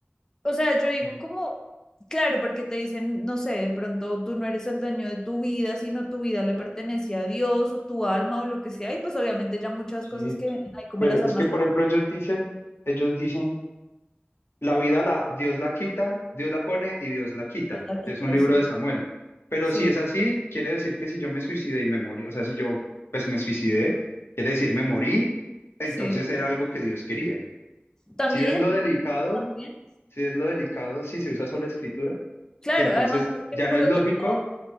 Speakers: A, on the left (about 15°); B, on the left (about 85°).
A: O sea, yo digo
B: Mm,
A: como, claro, porque te dicen, no sé, de pronto tú no eres el dueño de tu vida, sino tu vida le pertenece a Dios o tu alma o lo que sea, y pues obviamente ya muchas
B: Sí,
A: cosas que vienen ahí, como
B: pero
A: las almas,
B: es que, por ejemplo, ellos dicen, ellos dicen, la vida la, Dios la quita, Dios la pone y Dios la quita,
A: las quitas,
B: que es un libro
A: sí,
B: de Samuel. Pero
A: sí,
B: si es así, quiere decir que si yo me suicidé y me morí, o sea, si yo pues me suicidé, quiere decir me morí, entonces
A: sí.
B: era algo que Dios quería.
A: También,
B: Si es lo delicado,
A: también.
B: si es lo delicado, si se usa solo la escritura,
A: Claro,
B: que entonces
A: además porque
B: ya
A: por
B: no es
A: otro
B: lógico
A: lado